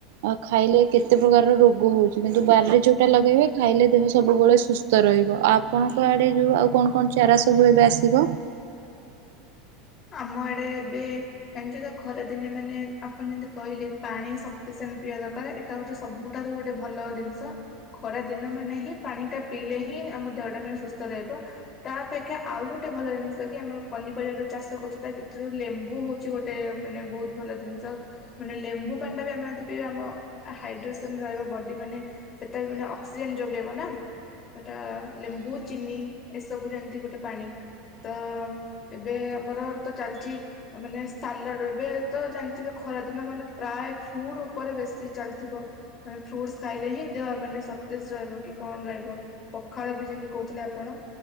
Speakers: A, on the right (about 70°); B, on the left (about 35°).
A: ଆଉ ଖାଇଲେ କେତେ ପ୍ରକାରର ରୋଗ ହଉଛି କିନ୍ତୁ ବାରିରେ ଯୋଉଟା ଲଗେଇବେ ଖାଇଲେ ଦେହ ସବୁବେଳେ ସୁସ୍ଥ ସୁସ୍ଥ ରହିବ ଆଉ ଆପଣଙ୍କ ଆଡେ ଯୋଉ ଆଉ କଣ କଣ ଚାରା ସବୁ ଏବେ ଆସିବ।
B: ଆମ ଆଡ଼େ ଏବେ ଜଣିଚତ ଖରା ଦିନେ ମାନେ ଆପଣ ଯେମିତି କହିଲେ ପାଣି ସଫିଶେଣ୍ଟ ପିଇବା ଦରକାର। ଏଟା ହଉଛି ସବୁଠାରୁ ଗୋଟେ ଭଲ ଜିନିଷ ଖରା ଦିନ ମାନେ ହିଁ। ପାଣି ଟା ପିଇଲେ ହିଁ ଆମ ଦେହଟା ମାନେ ସୁସ୍ଥ ରହିବ। ତା ଅପେକ୍ଷା ଆଉ ଗୋଟେ ଭଲ ଜିନିଷ କି ଆମେ ପନିପରିବା ଯୋଉ ଚାଷ କରୁଛୁ ତା ଭିତରୁ ଲେମ୍ବୁ ବୁ ହଉଛି ଗୋଟେ ମାନେ ବହୁତ ଭଲ ଜିନିଷ। ମାନେ ଲେମ୍ବୁ ପାଣିଟା ବି ଆମେ ଯଦି ପିଇବା ଆମ ହାଇଡ୍ରେସନ ରହିବ ବଡ଼ି ମାନେ ସେଟା ବି ମାନେ ଅକ୍ସିଜେନ ଯୋଗେଇବ ନା। ସେଟା ଲେମ୍ବୁ ଚିନି ଏସବୁ ଯେମିତି ଗୋଟେ ପାଣି। ତ ଏବେ ଆମର ତ ଚାଲିଚି ମାନେ ସାଲଡ ଏବେ ତ ଜାଣିଥିବେ ଖରାଦିନ ମାନେ ପ୍ରାୟ ଫୁଡ ଉପରେ ବେଶୀ ଚାଲିଥିବ। ମାନେ ଫ୍ରୁଟସ ଖାଇଲେ ହିଁ ଦେହ ମାନେ ସତେଜ ରହିବ କି କଣ ରହିବ। ପଖାଳ ବି ଯେମିତି କହୁଥିଲେ ଆପଣ